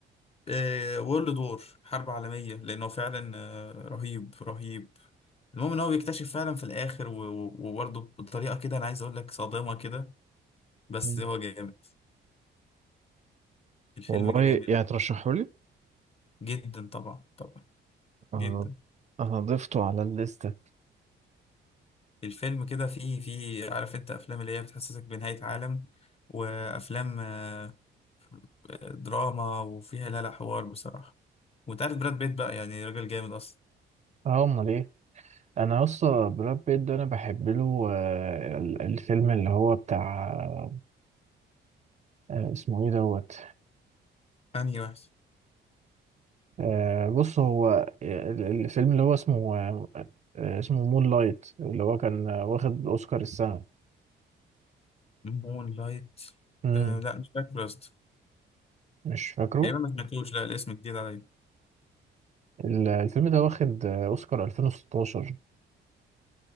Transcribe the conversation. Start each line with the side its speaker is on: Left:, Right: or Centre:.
Left: إيه وورلد وور حرب عالميه لانه فعلا آه، رهيب رهيب المهم ان هو بيكتشف فعلا في الاخر و- و- وبرضه بطريقه كده انا عايز اقول لك صادمه كده بس
Right: مم.
Left: هو جامد الفيلم
Right: والله
Left: جامد
Right: يعني ترشحه لي
Left: جدا طبعا طبعا
Right: انا
Left: جدا
Right: انا ضفته على الليسته
Left: الفيلم كده فيه فيه عارف انت افلام اللي هي بتحسسك بنهاية عالم وافلام آه، دراما وفيها لا لا حوار بصراحة وانت عارف براد بيت بقى يعني راجل جامد اصلا
Right: اه امال ايه انا اصلا براد بيت ده انا بحب له آه، ال- الفيلم اللي هو بتاع آه، اسمه ايه دوت
Left: انهي واحد
Right: آه، بص هو ال- ال- الفيلم اللي هو اسمه آه، آه، اسمه مون لايت اللي هو كان آه، واخد اوسكار السنه
Left: مون لايت
Right: امم
Left: آه لا مش فاكر يا اسطى
Right: مش فاكره
Left: تقريبا ما سمعتوش لا الاسم جديد عليا
Right: ال- الفيلم ده واخد آه، اوسكار 2016